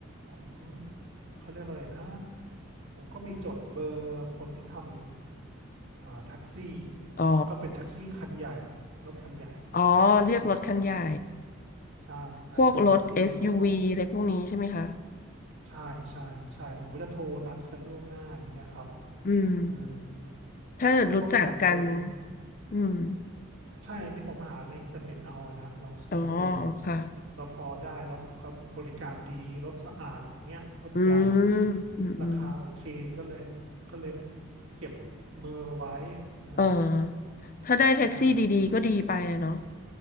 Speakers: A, on the right; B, on the left.
A: ผมเขาเรียกอะไรนะผมก็มีจดเบอร์คนที่ทำอ่าแท็กซี่
B: อ๋อ
A: แล้วก็เป็นแท็กซี่คันใหญ่รถคันใหญ่
B: อ๋อเรียกรถคันใหญ่
A: ใช่
B: พวกรถ
A: เป็นแท็กซี่แล้วก็
B: SUV อสยูวีอะไรพวกนี้ใช่ไหมคะ
A: ใช่ใช่ใช่ผมก็จะโทรนัดกันล่วงหน้าอย่างเงี้ยครับ
B: อืม
A: เออ
B: ถ้าเกิดรู้จักกัน
A: แล้วก็ส่วนหนึ่ง
B: อืม
A: ใช่อันนี้ผมหาในอินเทอร์เน็ตเอาอะนะลองเซิร์ชดู
B: อ๋อ ค่ะ
A: แล้วพอได้แล้วเขาบริการดีรถสะอาดอย่างเงี้ยรถใหญ่
B: อืมอืมอืม
A: คิดราคาโอเคก็เลยก็เลยเก็บเมอร์ไว้เออ
B: เออถ้าได้แท็กซี่ดีๆก็ดีไปอะเนาะ
A: ใช่